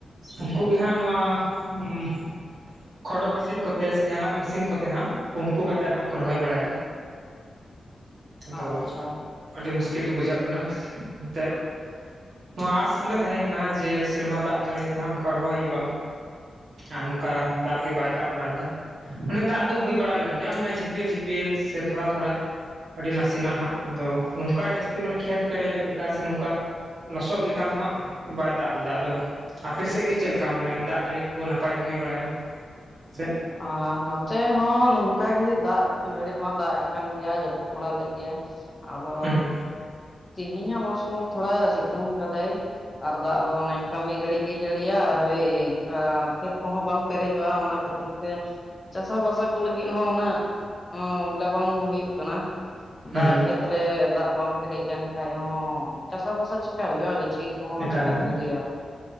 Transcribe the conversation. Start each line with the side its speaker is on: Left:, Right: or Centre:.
Right: ᱩᱱᱠᱩ
Left: ᱟᱪᱪᱷᱟ
Right: ᱜᱮ ᱦᱟᱸᱜ ᱱᱚᱣᱟ ᱩᱸ ᱠᱷᱚᱰᱚ ᱢᱮᱥᱤᱱ ᱠᱚᱛᱮ ᱥᱮ ᱡᱟᱦᱟᱱᱟᱜ ᱢᱮᱥᱤᱱ ᱠᱚᱛᱮ ᱦᱟᱸᱜ ᱯᱩᱢᱯᱩ ᱠᱟᱛᱮᱫ ᱦᱟᱸᱜ ᱠᱚ ᱨᱚᱦᱚᱭ ᱵᱟᱲᱟᱭᱮᱫᱟ᱾ ᱟᱫᱚ
Left: ᱟᱪᱪᱷᱟ
Right: ᱟᱹᱰᱤ ᱢᱩᱥᱠᱤᱞ ᱜᱮ ᱵᱩᱡᱷᱟᱹᱜ ᱠᱟᱱᱟ ᱮᱱᱛᱮᱜ᱾ ᱱᱚᱣᱟ ᱟᱸᱥ ᱨᱮᱞᱮ ᱛᱟᱦᱮᱸ ᱠᱟᱱᱟ ᱡᱮ ᱥᱮᱨᱢᱟ ᱫᱟᱜ ᱡᱟᱹᱲᱤ ᱛᱮᱦᱟᱸᱜ ᱱᱚᱝᱠᱟ ᱨᱚᱦᱚᱭ ᱦᱩᱭᱩᱜᱼᱟ᱾ ᱟᱨ ᱱᱚᱝᱠᱟ ᱫᱟᱜ ᱜᱮ ᱵᱟᱭ ᱫᱟᱜ ᱵᱟᱲᱟ ᱞᱮᱫᱟ᱾ ᱢᱟᱱᱮ ᱫᱟᱜ ᱫᱚ ᱦᱩᱭ ᱵᱟᱲᱟ ᱞᱮᱱ ᱜᱮᱭᱟ ᱢᱟᱱᱮ ᱡᱷᱤᱯᱤᱨ ᱡᱷᱤᱯᱤᱨ ᱥᱮ ᱛᱷᱚᱲᱟ ᱛᱷᱚᱲᱟ, ᱟᱹᱰᱤ ᱱᱟᱥᱮᱱᱟᱜ ᱦᱟᱸᱜ ᱟᱫᱚ ᱱᱚᱝᱠᱟ ᱡᱟᱹᱥᱛᱤ ᱢᱟᱱᱮ ᱠᱷᱮᱛ ᱯᱮᱨᱮᱡᱚᱜ ᱞᱮᱠᱟ ᱥᱮ ᱱᱚᱝᱠᱟ ᱞᱚᱥᱚᱫ ᱞᱮᱠᱟ ᱫᱚ ᱦᱟᱸᱜ ᱵᱟᱭ ᱫᱟᱜ ᱞᱮᱫᱟ ᱟᱫᱚ᱾ ᱟᱯᱮᱥᱮᱫ ᱜᱮ ᱪᱮᱫ ᱞᱮᱠᱟ ᱢᱟᱱᱮ ᱫᱟᱜ ᱡᱟᱹᱲᱤ ᱠᱚ ᱱᱟᱯᱟᱭ ᱜᱮ ᱦᱩᱭ ᱵᱟᱲᱟᱭᱮᱱᱟ, ᱥᱮᱜ
Left: ᱟᱨ ᱱᱚᱛᱮ ᱦᱚᱸ ᱱᱚᱝᱠᱟᱜ ᱜᱮ ᱫᱟᱜ ᱜᱷᱟᱹᱲᱤᱡ ᱢᱟ ᱫᱟᱜ ᱮᱜ ᱠᱟᱱ ᱜᱮᱭᱟ ᱡᱟᱹᱯᱩᱫ ᱵᱟᱲᱟ ᱞᱮᱫ ᱜᱮᱭᱟ᱾ ᱟᱫᱚ
Right: ᱦᱩᱸ
Left: ᱛᱮᱦᱮᱧ ᱦᱚᱸ ᱢᱚᱣᱥᱚᱢ ᱛᱷᱚᱲᱟ ᱥᱤᱛᱩᱝ ᱠᱟᱫᱟᱭ᱾ ᱟᱨ ᱫᱟᱜ ᱫᱚ ᱚᱱᱮ ᱠᱟᱹᱢᱤ ᱢᱤᱫ ᱜᱷᱟᱹᱲᱤᱡ ᱜᱮ ᱡᱟᱹᱲᱤᱭᱟ ᱟᱨ ᱦᱳᱭ ᱚᱱᱠᱟ ᱠᱷᱮᱛ ᱠᱚᱦᱚᱸ ᱵᱟᱝ ᱯᱮᱨᱮᱡᱚᱜᱼᱟ ᱚᱱᱟ ᱠᱷᱟᱹᱛᱤᱨ ᱛᱤᱨ ᱛᱮ ᱪᱟᱥᱟ ᱵᱟᱥᱟ ᱠᱚ ᱞᱟᱹᱜᱤᱫ ᱦᱚᱸ ᱩᱱᱟᱹᱜ ᱦᱚᱸ ᱵᱚᱞᱮ ᱵᱟᱝ ᱦᱩᱭᱩᱜ ᱠᱟᱱᱟ
Right: ᱦᱩᱸ
Left: ᱫᱟᱜ
Right: ᱦᱩᱸ
Left: ᱠᱷᱮᱛ ᱨᱮ ᱫᱟᱜ ᱵᱟᱝ ᱯᱮᱨᱮᱡ ᱞᱮᱱ ᱠᱷᱟᱡ ᱦᱚᱸ ᱪᱟᱥᱟ ᱵᱟᱥᱟ ᱪᱮᱠᱟ ᱦᱩᱭᱩᱜᱼᱟ ᱜᱟᱪᱷᱤ ᱠᱚᱦᱚᱸ
Right: ᱮᱠᱟᱞ
Left: ᱪᱤᱠᱟᱹ
Right: ᱮᱠᱟᱞ
Left: ᱛᱮ ᱜᱮᱭᱟ